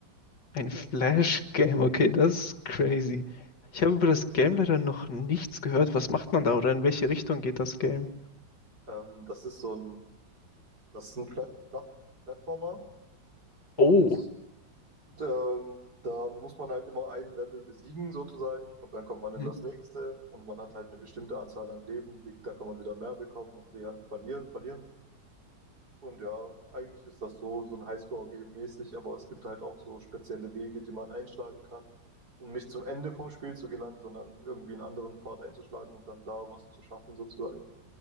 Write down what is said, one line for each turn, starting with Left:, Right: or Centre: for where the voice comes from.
Left: Ein Flash-Game, okay, das ist crazy. Ich habe über das Game leider noch nichts gehört. Was macht man da oder in welche Richtung geht das Game?
Right: Ähm, das ist so ein, das ist ein Plat Plat Plattformer und
Left: Oh.
Right: ähm, da muss man halt immer ein Level besiegen sozusagen und dann kommt man in
Left: Hm.
Right: das nächste und man hat halt eine bestimmte Anzahl an Leben, die, da kann man wieder mehr bekommen und die kann verlieren. verlieren. Und ja, eigentlich ist das so, so ein Highscore-Game mäßig, aber es gibt halt auch so spezielle Wege, die man einschlagen kann, um nicht zum Ende vom Spiel zu gelangen, sondern irgendwie einen anderen Pfad einzuschlagen und dann da was zu schaffen sozusagen.